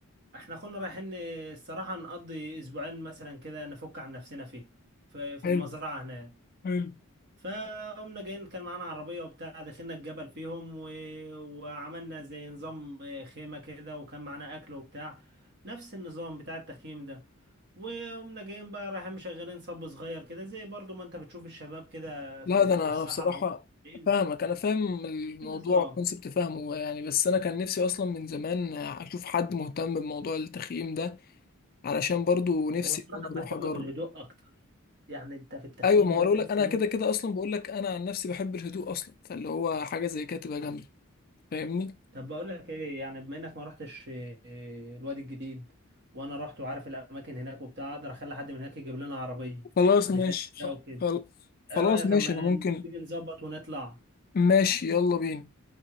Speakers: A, on the right; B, on the left.
A: احنا كنا رايحين الصراحه نقضي اسبوعين مثلا كده نفك عن نفسنا فيه في في
B: حلو
A: المزرعه هناك
B: حلو
A: فقمنا جايين كان معانا عربية وبتاع دخلنا الجبل فيهم و... وعملنا زي نظام آه، خيمة كده وكان معانا أكل وبتاع نفس النظام بتاع التخييم ده وقمنا جايين بقى رايحين مشغلين صب صغير كده زي برضو ما انت بتشوف الشباب كده
B: لا
A: في
B: ده انا
A: في الصحراء
B: انا بصراحه
A: وهم ماشيين
B: فاهمك انا فاهم الموضوع
A: النظام
B: الكونسبت فاهمه يعني بس انا كان نفسي اصلا من زمان اشوف حد مهتم بموضوع التخييم ده علشان برضو نفسي
A: هو الصراحة
B: ان انا اروح
A: بهتم
B: اجرب
A: بالهدوء أكتر يعني أنت في التخييم
B: ايوه ما
A: ده
B: هو أقول
A: تحس
B: لك انا
A: إن
B: كده
A: أنت
B: كده اصلا بقول لك انا عن نفسي بحب الهدوء اصلا فاللي هو حاجه زي كده تبقى جامده فاهمني
A: طب بقول لك ايه يعني بما انك ما رحتش إيه، الوادي الجديد وانا رحت وعارف الاماكن هناك وبتاع اقدر اخلي حد من هناك يجيب لنا عربيه
B: خلاص ماشي
A: نخيم بيها وكده
B: خل-
A: ايه
B: خلاص
A: رايك
B: ماشي
A: اما
B: انا ممكن
A: نيجي نظبط ونطلع
B: ماشي يلا بينا